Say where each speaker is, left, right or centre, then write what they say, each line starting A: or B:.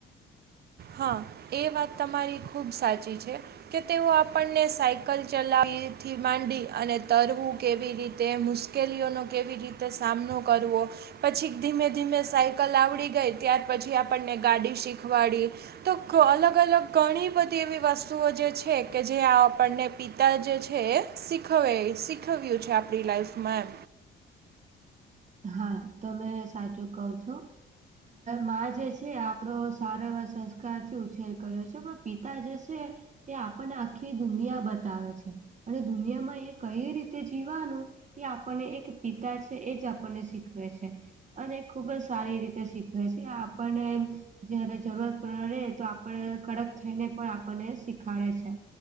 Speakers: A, on the right (about 55°); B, on the right (about 40°).
A: હા એ વાત તમારી ખૂબ સાચી છે. કે તેઓ આપણને સાયકલ ચલાવવાથી માંડી અને તરવું કેવી રીતે મુશ્કેલીઓનો કેવી રીતે સામનો કરવો. પછી ધીમે ધીમે સાયકલ આવડી ગઈ ત્યાર પછી આપણને ગાડી શીખવાડી. તો અલગ અલગ ઘણી બધી એવી વસ્તુઓ જે છે કે જે આપણને પિતા જે છે એ શીખવ્યું છે આપણી લાઈફમાં.
B: હા તમે સાચું કહો છો. મા જે છે આપણા સારા એવા સંસ્કારથી ઉછેર કર્યો છે પણ પિતા જે છે એ આપણને આખી દુનિયા બતાવે છે અને દુનિયામાં એ કઈ રીતે જીવવાનું એ આપણને એક પિતા છે એ જ આપણને શીખવે છે. અને ખુબ જ સારી રીતે શીખવે છે આપણને જયારે જરૂરત પડે તો આપણને કડક થઈને પણ આપણને શીખાડે છે